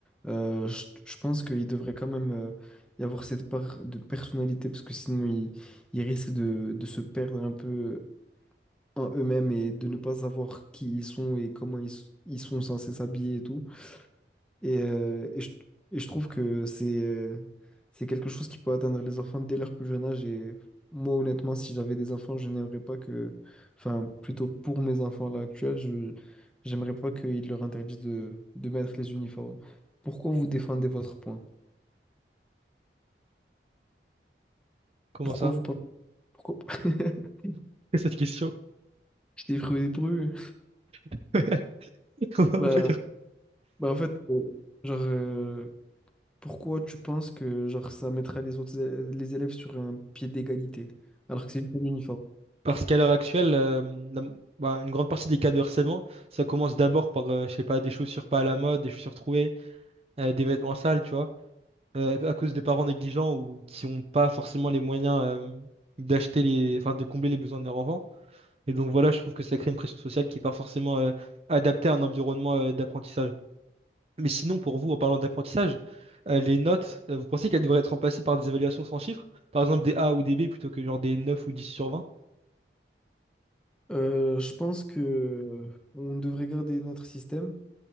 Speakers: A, in the centre; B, on the right.
A: Euh, je, je pense qu'il devrait quand même euh, y avoir cette part de personnalité parce que sinon ils, ils risquent de, de se perdre un peu en eux-mêmes et de ne pas savoir qui ils sont et comment ils, s- ils sont censés s'habiller et tout. Et, euh, et, je, et je trouve que c'est euh, c'est quelque chose qui peut atteindre les enfants dès leur plus jeune âge. Et moi, honnêtement, si j'avais des enfants, je n'aimerais pas que, enfin, plutôt pour mes enfants là actuels, je j'aimerais pas qu'ils leur interdisent de, de mettre les uniformes. Pourquoi vous défendez votre point?
B: Comment
A: Pourquoi
B: ça?
A: vous pensez? Pourquoi? <laughs>
B: <laughs> Cette question.
A: Je t'ai pris pru.
B: <laughs> Comment
A: Bah,
B: on peut dire?
A: bah en fait, euh, genre, euh, pourquoi tu penses que genre ça mettra les autres élè- les élèves sur un pied d'égalité, alors que c'est juste un uniforme?
B: Parce qu'à l'heure actuelle, euh, la- bah, une grande partie des cas de harcèlement, ça commence d'abord par, euh, je sais pas, des chaussures pas à la mode, des chaussures trouées, euh, des vêtements sales, tu vois, euh, à cause de parents négligents ou qui n'ont pas forcément les moyens, euh, d'acheter les, enfin, de combler les besoins de leur enfant. Et donc voilà, je trouve que ça crée une pression sociale qui n'est pas forcément, euh, adaptée à un environnement, euh, d'apprentissage. Mais sinon, pour vous, en parlant d'apprentissage, euh, les notes, euh, vous pensez qu'elles devraient être remplacées par des évaluations sans chiffres? Par exemple, des A ou des B plutôt que genre des 9 ou 10 sur 20?
A: Euh, je pense que euh, on devrait garder notre système